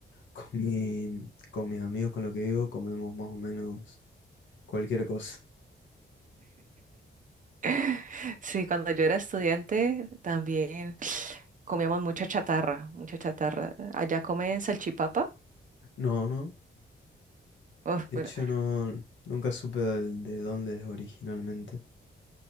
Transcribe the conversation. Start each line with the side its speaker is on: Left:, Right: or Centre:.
Left: con mi- con mis amigos con los que vivo comemos más o menos cualquier cosa.
Right: <laughs> Sí, cuando yo era estudiante también <sniffs> comíamos mucha chatarra, mucha chatarra. ¿Allá comen salchipapa?
Left: No, no.
Right: Uf,
Left: De
Right: pero
Left: hecho, no, nunca supe de, de dónde es originalmente.